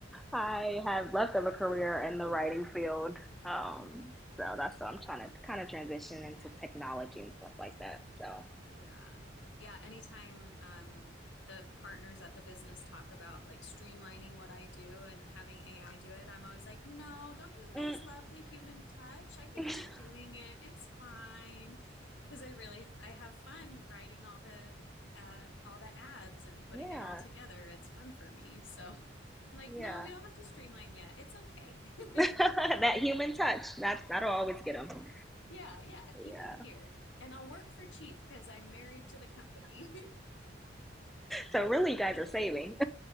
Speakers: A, in the centre; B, on the left.
A: I have left of a career in the writing field. Um,
B: Mhm.
A: so that's what I'm trying to kind of transition into technology and stuff like that. So,
B: Yeah. Yeah. Anytime um, the partners at the business talk about like streamlining what I do and having AI do it, I'm always like, no, don't you
A: mm,
B: guys love the human touch? I could
A: <laughs>
B: keep doing it. It's fine. Because I really I have fun writing all the uh, all the ads and putting
A: yeah,
B: it all together. It's fun for me. So I'm like,
A: yeah.
B: no, we don't have to streamline yet. It's okay.
A: <laughs>
B: <laughs>
A: that human touch, that's, that'll always get them.
B: Yeah, yeah, keep
A: Yeah.
B: it here. And I'll work for cheap because I'm married to the company.
A: So really, you guys are saving.